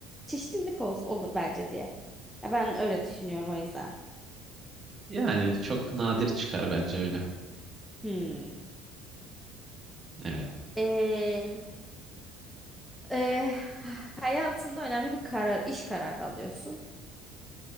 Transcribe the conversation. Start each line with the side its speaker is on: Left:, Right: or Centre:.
Centre: çeşitlilik olsun olur bence diye. Ya ben öyle düşünüyorum o yüzden.
Right: Yani çok nadir çıkar bence öyle.
Centre: Hmm.
Right: Evet.
Centre: Ee, e, hayatında önemli bir karar, iş kararı alıyorsun.